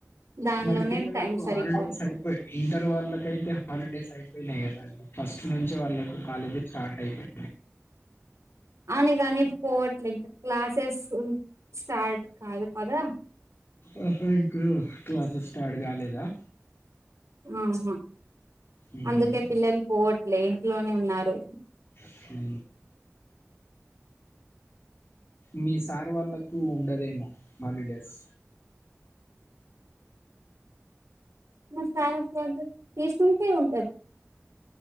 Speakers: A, on the right; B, on the left.
A: దానిలోనే
B: మరి పిల్లలకు
A: టైం సరిపోయింది
B: హాలిడేస్ అయిపోయి ఇంటర్ వాళ్ళకయితే హాలిడేస్ అయిపోయినాయి కదండి ఫస్ట్ నుంచి వాళ్ళకి కాలేజీ స్టార్ట్ అయిపోయింది
A: అని కాని పోవట్లేంక క్లాసెస్ స్టార్ట్ కాదు కదా
B: ఆహా ఇంకు క్లాసెస్ స్టార్ట్ కాలేదా
A: ఆహా
B: మ్మ్.
A: అందుకే పిల్లలు పోవట్లే ఇంట్లోనే ఉన్నారు
B: హా మీ సార్ వాళ్లకు ఉండదేమో హాలిడేస్
A: మా సార్ సార్ తీసుకుంటే ఉంటది